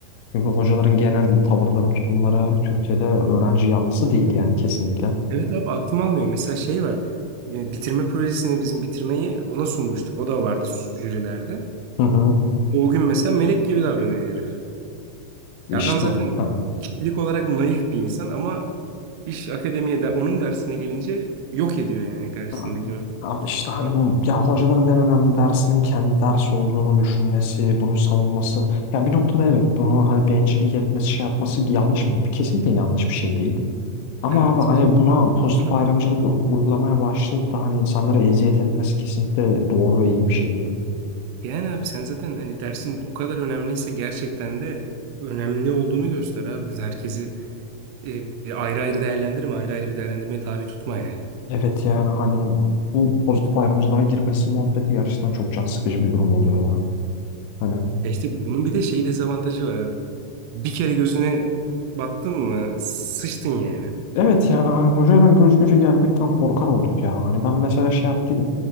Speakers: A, on the left (about 45°); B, on the right (about 45°).
A: çünkü hocaların genel tavırları, tutumları Türkiye'de öğrenci yanlısı değil yani kesinlikle.
B: Evet abi aklım almıyor. Mesela şey var. e, Bitirme projesine bizim bitirmeyi ona sunmuştuk. O da vardı jürilerde.
A: Hı hı.
B: O gün mesela melek gibi davranıyor herif.
A: İşte.
B: Ya adam zaten
A: Ha,
B: kişilik olarak naif bir insan ama iş akademiye de onun dersine gelince yok ediyor yani karşısındakini.
A: Ha, Abi işte hani bu ya hocaların en önemli dersinin kendi dersi olduğunu düşünmesi, bunu savunması. Ya bir noktada evet bunu hani bencillik etmesi şey yapması yanlış mı? Kesinlikle yanlış bir şey değil. Ama
B: Evet.
A: abi hani buna pozitif
B: <clears throat>
A: ayrımcılık uygulamaya başlayıp da hani insanlara eziyet etmesi kesinlikle doğru ve iyi bir şey değil.
B: Yani abi sen zaten hani dersin o kadar önemliyse gerçekten de önemli olduğunu göster abi. Herkesi e, e, ayrı ayrı değerlendirme, ayrı ayrı bir değerlendirmeye tabi tutma yani.
A: Evet yani hani bu pozitif ayrımcılığa girmesi muhabbeti gerçekten çok can sıkıcı bir durum oluyor ya. Hani
B: Ya işte bunun bir de şey dezavantajı var abi. Bir kere gözüne battın mı sıçtın yani.
A: Evet yani hani hocayla göz göze gelmekten korkar olduk ya. Hani ben mesela şey yaptıydım.